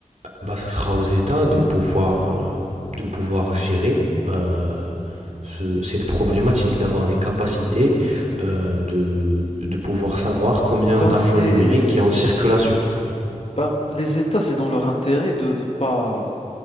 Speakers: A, on the right; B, on the left.
A: bah, ça sera aux États de pouvoir, euh, de pouvoir gérer euh, ce- cette problématique, d'avoir les capacités euh, de, de pouvoir savoir combien
B: Ben
A: d'argent
B: c'est,
A: numérique est en circulation.
B: ben les États, c'est dans leur intérêt de, de pas